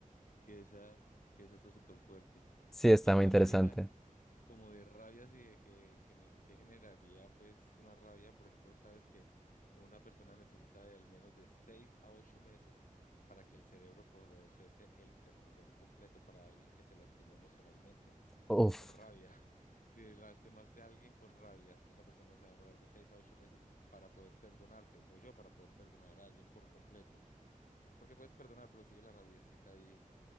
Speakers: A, on the left; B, in the centre.
A: que esa, que esa está súper fuerte.
B: Sí, está
A: Y hablando
B: muy interesante.
A: ahorita como de rabias y de que, gener- que generaría pues una rabia, por ejemplo, sabes que una persona necesita de al menos de seis a ocho meses para que el cerebro procese el perdón completo para alguien que te lastimó emocionalmente,
B: Uf,
A: como por rabia. <laughs> Si lastimaste a alguien con rabia, esa persona se va a demorar de seis a ocho meses para poder perdonarte, o yo para poder perdonar a alguien por completo. Porque puedes perdonar, pero sigue la rabiecita ahí